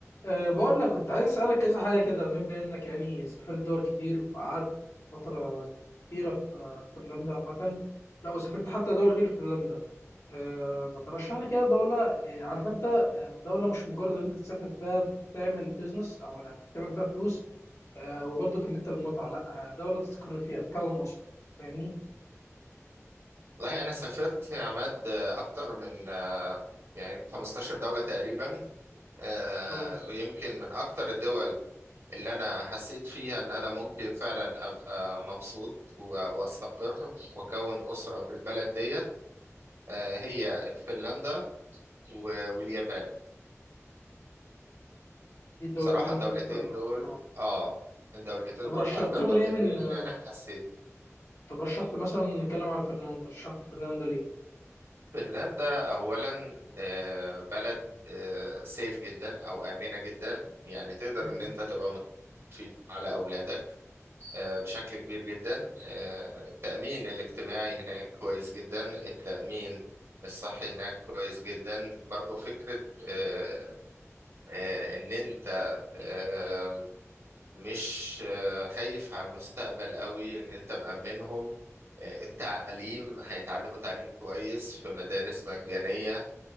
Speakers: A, on the left (about 70°); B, on the right (about 65°).
A: أه بقول لك كنت عايز أسألك كذا حاجة كده من بأنك يعني سافرت دول كتير وقعدت فترة كبيرة في في فنلندا عامة لو سافرت حتى دول غير فنلندا أه ما ترشح لي كده دولة أه عارف أنت آه، دولة مش مجرد إن أنت تسافر بها تعمل بيزنس أو يعني تعمل فيها فلوس أه وبرضك اللي أنت المتعة لأ آه، دولة تستقر فيها تكون أسرة فاهمني؟
B: والله أنا سافرت يا عماد آه، أكتر من آه، يعني 15 دولة تقريبا آه،
A: أه
B: ويمكن من أكتر الدول اللي أنا حسيت فيها إن أنا ممكن فعلا أبقى مبسوط و- وأستقر وأكون أسرة في البلد ديت آه، هي فنلندا و- واليابان
A: دي الدولتين
B: بصراحة الدولتين
A: اللي أنت أه
B: دول آه الدولتين
A: طب
B: دول
A: رشحتهم
B: أكتر دولتين
A: ليه من آه،
B: يعني حسيت
A: طب رشحت مثلا نتكلم على فنلندا رشحت فنلندا
B: فنلندا أولا آه، بلد سيف جدا أو آمنة جدا يعني تقدر
A: ليه؟
B: إن أنت تبقى مطمئن على أولادك آه، بشكل كبير جدا آه، التأمين الاجتماعي هناك كويس جدا التأمين الصحي هناك كويس جدا برضو فكرة آه، آه، إن أنت آه، مش آه، خايف على المستقبل قوي إن أنت مأمنهم آه، التعليم هيتعلموا تعليم كويس في مدارس مجانية